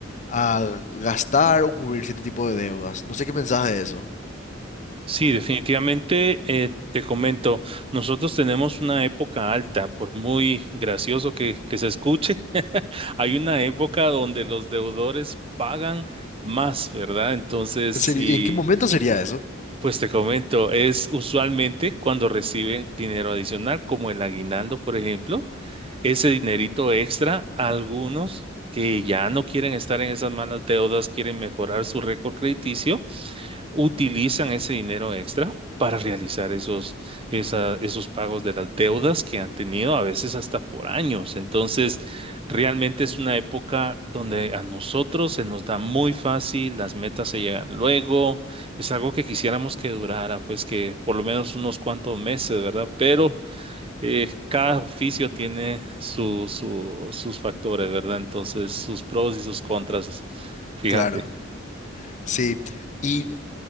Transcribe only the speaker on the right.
Sí, definitivamente, eh, te comento, nosotros tenemos una época alta, por muy gracioso que, que se escuche, <laughs> hay una época donde los deudores pagan más, ¿verdad? Entonces,
y...
Pues te comento, es usualmente cuando reciben dinero adicional, como el aguinaldo, por ejemplo, ese dinerito extra, algunos que ya no quieren estar en esas malas deudas, quieren mejorar su récord crediticio utilizan ese dinero extra para realizar esos, esa- esos pagos de las deudas que han tenido a veces hasta por años. Entonces, realmente es una época donde a nosotros se nos da muy fácil, las metas se llegan luego, es algo que quisiéramos que durara, pues que por lo menos unos cuantos meses, ¿verdad? Pero eh, cada oficio tiene su, su- sus factores, ¿verdad? Entonces, sus pros y sus contras, fíjate.